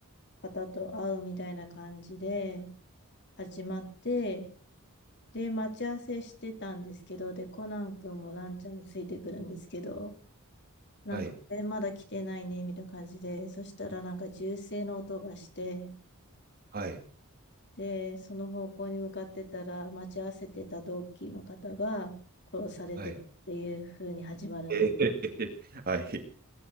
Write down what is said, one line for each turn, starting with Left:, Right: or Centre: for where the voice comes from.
Left: 方と会うみたいな感じで始まって、で、待ち合わせしてたんですけど、で、コナン君もランちゃんもついてくるんですけど、なんか、
Right: はい、
Left: え、まだ来てないね、みたいな感じで、そしたらなんか銃声の音がして、
Right: はい、
Left: で、その方向に向かってたら、待ち合わせてた同期の方が殺されてたっていう風に始まるんです。
Right: はい。えー、<laughs> はい。